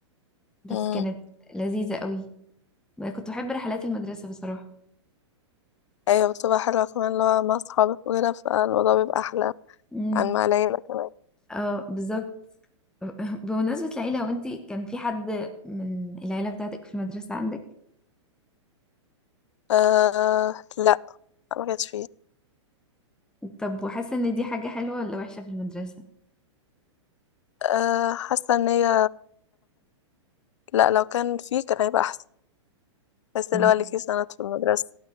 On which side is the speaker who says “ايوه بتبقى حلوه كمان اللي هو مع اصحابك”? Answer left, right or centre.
Left